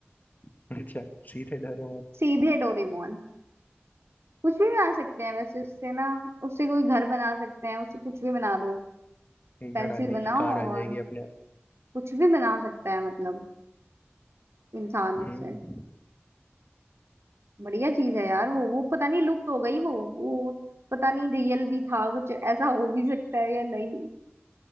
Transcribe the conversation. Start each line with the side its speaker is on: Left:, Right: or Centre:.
Left: <laughs> अच्छा सीधे डरे
Right: सीधे डोरेमोन कुछ भी बना सकते हैं वैसे उससे ना उससे कोई घर बना सकते हैं उससे कुछ भी बना दो पेंसिल
Left: घर आ जाएगी
Right: बनाओ
Left: कार आ
Right: और
Left: जाएगी अपने आप
Right: कुछ भी बना सकता है मतलब इंसान उससे
Left: हम्म
Right: बढ़िया चीज है यार वो वो पता नहीं लुप्त हो गई वो वो पता नहीं रियल भी था कुछ ऐसा हो भी सकता है या नहीं